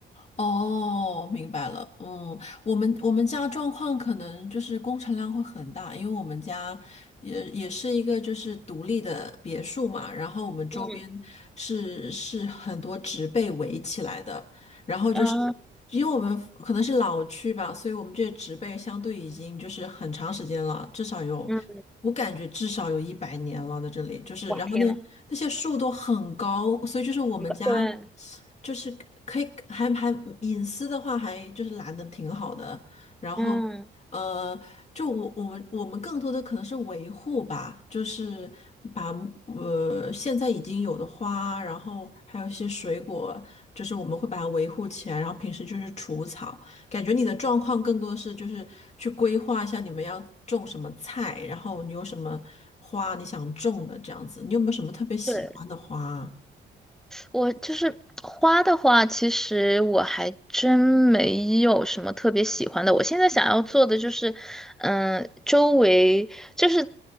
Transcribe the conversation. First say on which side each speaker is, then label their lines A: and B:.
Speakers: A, on the left (about 35°); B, in the centre.
A: 哦，明白了。嗯，我们我们家状况可能就是工程量会很大，因为我们家也也是一个就是独立的别墅嘛，然后我们周边是是很多植被围起来的，
B: 嗯
A: 然后就是。
B: 啊
A: 因为我们可能是老区吧，所以我们这些植被相对已经就是很长时间了，至少有，
B: 嗯，
A: 我感觉至少有一百年了，在这里就是，
B: 哇天呐，
A: 然后那那些树都很高，所以就是我们家
B: 对，
A: 就是可以还还隐私的话还就是拦的挺好的，然后，
B: 嗯。
A: 呃，就我我们我们更多的可能是维护吧，就是把呃现在已经有的花，然后还有一些水果，就是我们会把它维护起来，然后平时就是除草。感觉你的状况更多的是就是去规划一下你们要种什么菜，然后你有什么花你想种的这样子。你有没有什么特别喜欢的花啊
B: 对。我就是花的话，其实我还真没有什么特别喜欢的。我现在想要做的就是，嗯、周围就是